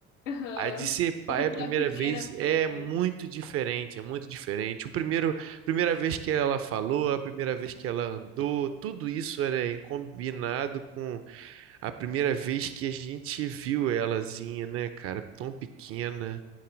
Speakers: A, on the left; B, on the right.
A: Aham.
B: A de ser pai
A: Mas é porque
B: a primeira
A: é a primeira
B: vez é
A: vez,
B: muito
A: né?
B: diferente, é muito diferente. O primeiro, primeira vez que ela falou, a primeira vez que ela andou, tudo isso era em combinado com a primeira vez que a gente viu elazinha, né, cara? Tão pequena,